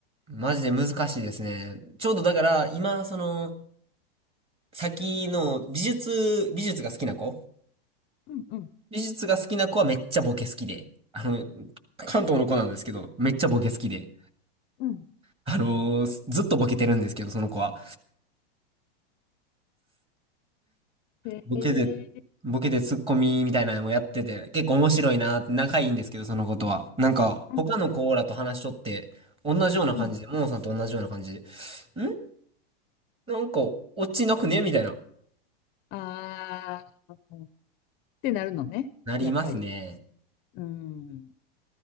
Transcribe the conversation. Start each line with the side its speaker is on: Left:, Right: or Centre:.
Right: マジで難しいですね。ちょうどだから、今、その、先の美術、美術が好きな子
Left: うんうん。
Right: 美術が好きな子はめっちゃボケ好きで、あの、関東の子なんですけど、めっちゃボケ好きで、
Left: うん。
Right: あのーずっとボケてるんですけど、その子は。
Left: へえ。
Right: ボケで、ボケでツッコミみたいなのもやってて、結構面白いなって仲いいんですけど、その子とは。なんか、
Left: うんうん。
Right: 他の子らと話しとって、同じような感じで、
Left: うん。
Right: ももさんと同じような感じで、んなんか、落ちなくねみたいな。
Left: ああ。ってなるのね。
Right: なりますね。
Left: やっぱり。うん。